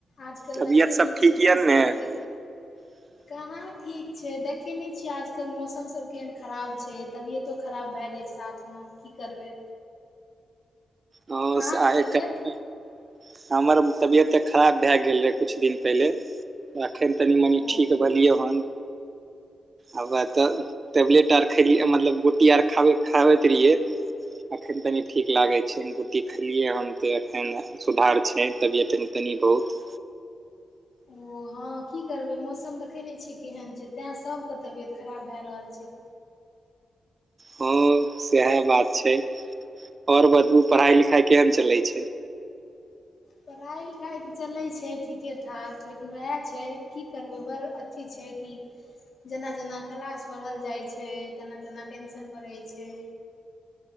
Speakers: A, on the left (about 65°); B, on the right (about 40°).
A: आजकल
B: तबियत
A: देखै
B: सब
A: नहि
B: ठीक
A: छियै मौसम
B: यऽ ने
A: केतैक
B: <inaudible>
A: कहाँ ठीक छै देखेने छियै आजकल मौसमसभ केहन खराब छै तबियतो खराब भए जाइ छै साथ हँ की करबै
B: अहाँसँ
A: अहाँके
B: आय
A: तबियत
B: कतअ हमर तबियत तऽ खराब भए गेल रहै कुछ दिन पहिले एखन तनि मनि
A: ओ
B: ठीक भेलियौ हन आबै तऽ टेबलेट आर खेलियै मतलब गोटी आर खाबे खाबैत रहियै अखैन तनी ठीक लागे छै गोटी खेलियै हन ते एखैन सुधार छै तबियत तनि तनि बहुत
A: ओ हँ की करबै मौसम देखै नहि छियै केहन छै तैय सभके तबियत खराब भैय रहल छै
B: हँ सेहा बात छै आओर बतबू पढ़ाइ लिखाइ केहन चलै छै
A: पढ़ाइ लिखाइ तऽ चलै छै ठीके ठाक लेकिन ओहै छै की करबै बड़ अ अथि छै की जेना जेना क्लास बरहल जाइत छै तेना तेना टेंशन बढ़ैय छै